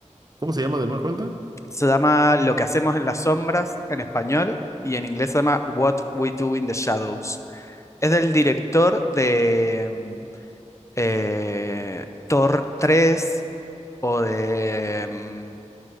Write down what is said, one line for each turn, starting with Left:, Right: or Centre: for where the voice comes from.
Right: ¿Cómo se llama de nueva cuenta?
Left: Se llama Lo que hacemos en las sombras en español y en inglés se llama What We Do in the Shadows. Es del director de mm, eh, Thor 3 o de mm,